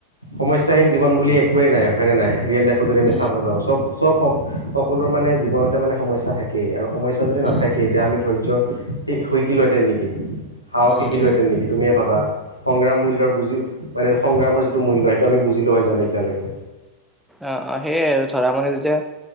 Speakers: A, on the right (about 80°); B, in the centre.
A: সমস্যাহীন জীৱন বুলি একোৱে নাই হয় নে নাই ৰিয়েল লাই যদি আমি
B: উম,
A: চাব যাওঁ চব চব সকলো মানে জীৱনতে মানে সমস্যা থাকেই আৰু সমস্যা যদি নাথাকে
B: উম,
A: এতিয়া আমি ধৈৰ্য নিশিকিলো হেতেন নেকি। সাহখ
B: উম,
A: শিকিলোহেতেন
B: উম,
A: নেকি তুমিয়ে ভাবা সংগ্ৰাম বুজি মানে সংগ্ৰামৰ যিটো মূল্য সেইটো আমি বুজিলো হয় জানে এতিয়ালৈকে।
B: অ অ সেইয়াই আৰু ধৰা মানে যেতিয়া